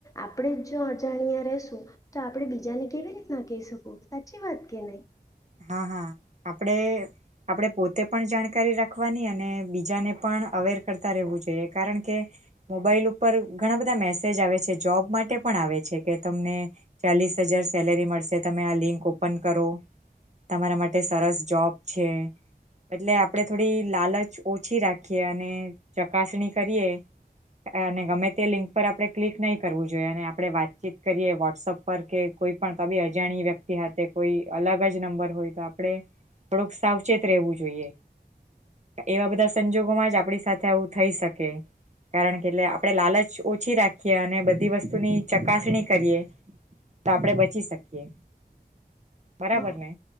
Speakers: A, on the left; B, on the right.
A: આપણે જ જો અજાણ્યા રશું તો આપણે બીજાને કેવી રીતના કહી શું સાચી વાત કે નહીં
B: હા હા આપડ આપણે પોતે પણ જાણકારી રાખવાની અને બીજાને પણ અવેર કરતા રહેવું જોઈએ કારણ કે મોબાઈલ ઉપર ઘણા બધા મેસેજ આવે છે જોબ માટે પણ આવે છે કે તમને ચાલીસ હજાર સેલેરી મળશે તમે આ લિંક ઓપન કરો તમારા માટે સરસ જોબ છે એટલે આપડે થોડી લાલચ ઓછી રાખીએ અને ચકાસણી કરીએ અને ગમે તે લિંક પર આપણે ક્લિક નહી કરવું જોઈએ અને આપડણે વાતચીત કરીએ વોટ્સઅપ પર કે કોઈ પણ તબી અજાણી વ્યક્તિ સાથે કોઈ અલગ જ નંબર તો આપણે થોડુંક સાવચેત રહેવું જોઈએ એવા બધા સંજોગોમાં જ આપણી સાથે આવું થઈ શકે કારણ કે એટલે આપણે લાલચ ઓછી રાખીએ અને બધી વસ્તુની ચકાસણી કરીએ તો આપણે બચી શકીએ બરાબર
A: હા
B: નને